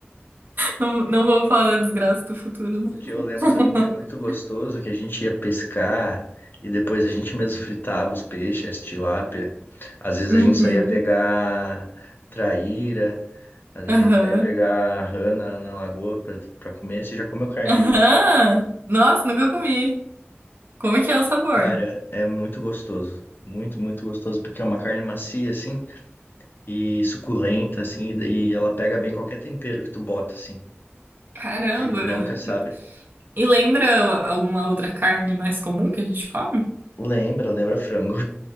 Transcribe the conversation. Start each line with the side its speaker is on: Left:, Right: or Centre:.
Right: Não, não vou falar da desgraça do futuro, não.
Left: O que eu lembro
Right: <laughs>
Left: também que é muito gostoso, que a gente ia pescar e depois a gente mesmo fritava os peixes, as tilápia. Às vezes
Right: Uhum.
Left: a gente saía pegar traíra, às vezes
Right: Aham.
Left: a gente saía pegar rana na lagoa pra, pra comer. Você já comeu carne
Right: Aham.
Left: de
Right: Nossa, nunca comi. Como é que é o sabor?
Left: Cara, é muito gostoso. Muito, muito gostoso, porque é uma carne macia, assim, e suculenta, assim, e e ela pega bem qualquer tempero que tu bota, assim.
Right: Caramba.
Left: Carne branca, sabe?
Right: E lembra alguma outra carne mais comum que a gente come?
Left: Lembra, lembra frango.